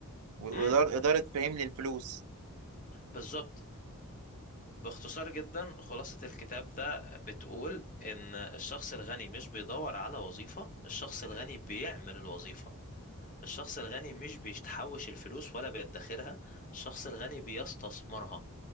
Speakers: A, on the right; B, on the left.
A: واداره
B: امم
A: اداره فهيم للفلوس
B: بالظبط فباختصار جدا خلاصة الكتاب ده بتقول ان الشخص الغني مش بيدور على وظيفة الشخص الغني بيعمل الوظيفة الشخص الغني مش بيتحوش الفلوس ولا بيدخرها الشخص الغني بيستثمرها